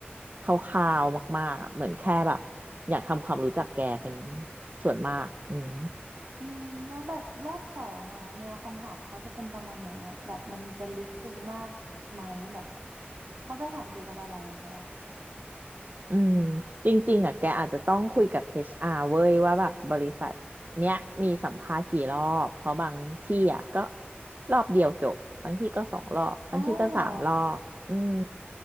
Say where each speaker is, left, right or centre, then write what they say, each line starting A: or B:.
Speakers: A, on the right; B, on the right.
A: คร่าวๆมากๆอะเหมือนแค่แบบอยากทำความรู้จักแกเป็นส่วนมากอืม
B: อืมแล้วแบบรอบสองอ่ะแนวคำถามเขาจะเป็นประมาณไหนอ่ะแบบมันจะลึกซึ้งมากไหมแบบเขาจะถามเกี่ยวกับอะไรอะแก
A: อืมจริงๆอ่ะแกอาจจะต้องคุยกับ HR เว้ยว่าแบบบริษัทเนี้ยมีสัมภาษณ์กี่รอบ เพราะบางที่อ่ะก็รอบเดียวจบ บางที่ก็สองรอบ บางที่ก็สามรอบอืม
B: อ๋อเหรอ